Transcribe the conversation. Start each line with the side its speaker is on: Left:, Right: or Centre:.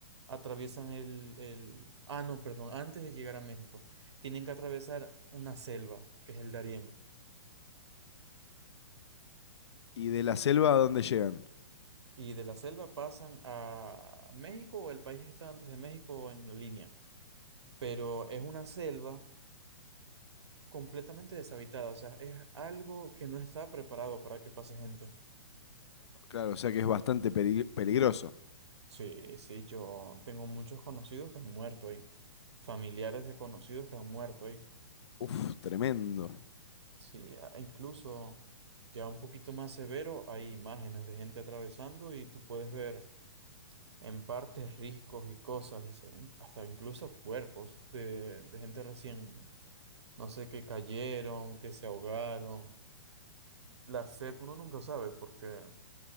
Right: atraviesan el, el... Ah, no, perdón, antes de llegar a México, tienen que atravesar una selva, que es el Darién.
Left: ¿Y de la selva a dónde llegan?
Right: Y de la selva pasan a México o el país que está antes de México en la línea. Pero es una selva completamente deshabitada, o sea, es algo que no está preparado para que pase gente.
Left: Claro, o sea que es bastante peri- peligroso.
Right: Sí, sí, yo tengo muchos conocidos que han muerto ahí, familiares de conocidos que han muerto ahí.
Left: Uf, tremendo.
Right: Sí, a- e incluso ya un poquito más severo, hay imágenes de gente atravesando y tú puedes ver en partes riscos y cosas y se ven hasta incluso cuerpos de, de gente recién, no sé, que cayeron, que se ahogaron. La sed, uno nunca sabe porque